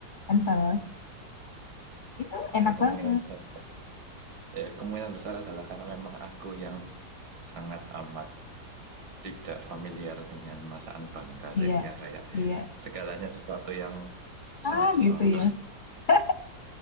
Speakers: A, on the left (about 65°); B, on the right (about 75°).
A: kental Itu
B: Oke,
A: enak
B: kemungkinan
A: banget.
B: besar. Ya, kemungkinan besar adalah karena memang aku yang sangat amat tidak familiar dengan masakan Bangka
A: Iya,
B: sehingga kayak
A: iya.
B: segalanya sesuatu yang
A: Ah,
B: sangat sesuatu.
A: gitu ya.
B: <laughs>
A: <laughs>